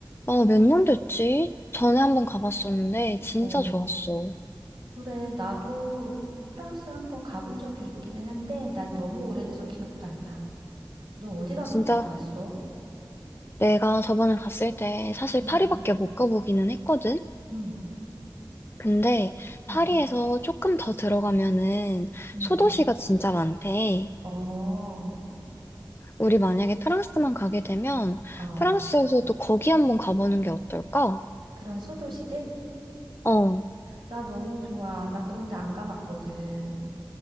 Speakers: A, on the left; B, on the right.
A: 아, 몇 년 됐지? 전에 한번 가봤었는데, 진짜
B: 어.
A: 좋았어.
B: 그래, 나도 프랑스 한번 가본 적이 있기는 한데, 난 너무 오래돼서 기억도 안 나. 너 어디가
A: 진짜
B: 그렇게 좋았어?
A: 내가 저번에 갔을 때 사실
B: 응,
A: 파리밖에 못 가보기는 했거든?
B: 응,
A: 근데
B: 응,
A: 파리에서 조금 더 들어가면은
B: 응.
A: 소도시가 진짜 많대.
B: 어,
A: 우리 만약에 프랑스만 가게 되면
B: 어.
A: 프랑스에서도 거기 한번 가보는 게 어떨까?
B: 그런 소도시들?
A: 어.
B: 나 너무 좋아. 나 그런 데 안 가봤거든.